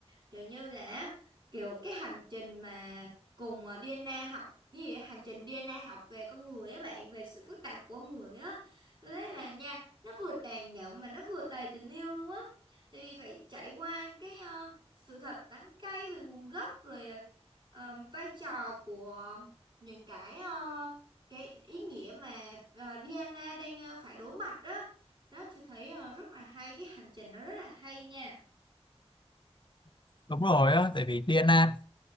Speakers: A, on the right; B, on the left.
A: kiểu như là kiểu cái hành trình mà cùng à, DNA học cái gì á, hành trình DNA học về con người á bạn về sự phức tạp của con người á tôi thấy là nha nó vừa tàn nhẫn mà nó vừa đầy tình yêu luôn á tại vì phải trải qua cái à, sự thật đắng cay về nguồn gốc rồi à, ờ, vai trò của những cái ờ, cái ý nghĩa mà ờ, DNA đang ờ, phải đối mặt đó đó chị thấy ờ, rất là hay cái hành trình nó rất là hay nha
B: Đúng rồi á, tại vì DNA